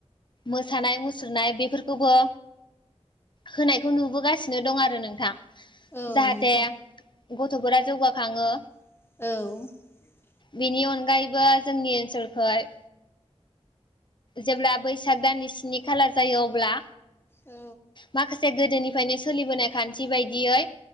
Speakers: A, on the left; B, on the left.
A: मोसानाय मुसुरनाय बेफोरखौबो होनायखौ नुबोगासिनो दं आरो नोंथां
B: औ नों
A: दे गथ'फोरा जौगाखाङो
B: औ
A: बेनि अनगायैबो जोंनि ओनसोलखाय जेब्ला बैसाग दाननि स्नि खाला जायो अब्ला
B: औ
A: माखासे गोदोनिफ्रायनो सोलिबोनाय खान्थि बायदियै